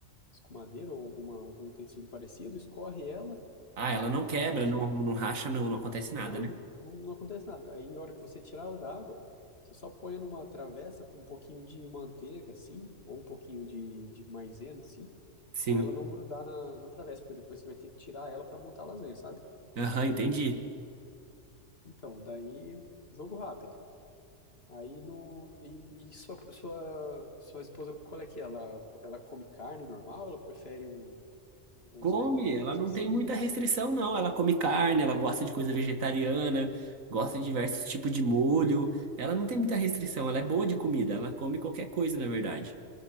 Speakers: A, on the left (about 50°); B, on the right (about 80°).
A: escumadeira ou alguma, algum utensílio parecido, escorre ela
B: Ah, ela não quebra,
A: e deixa.
B: não, não racha, não, não acontece nada,
A: Não,
B: né?
A: não, não, não acontece nada. Aí, a hora que você tirar ela da água, você só põe numa travessa com um pouquinho de manteiga, assim, ou um pouquinho de, de maisena, assim.
B: Sim.
A: Pra ela não grudar na, na travessa, porque depois você vai ter que tirar ela pra montar a lasanha, sabe?
B: Aham, entendi.
A: Então, daí, jogo rápido. Aí no. E, e sua, sua, sua esposa, qual é que é? Ela, ela come carne normal? Ela prefere um, uns
B: Come,
A: legumes
B: ela não
A: assim?
B: tem muita restrição, não. Ela come carne, ela gosta de coisa vegetariana, gosta de diversos tipos de molho. Ela não tem muita restrição, ela é boa de comida, ela come qualquer coisa, na verdade.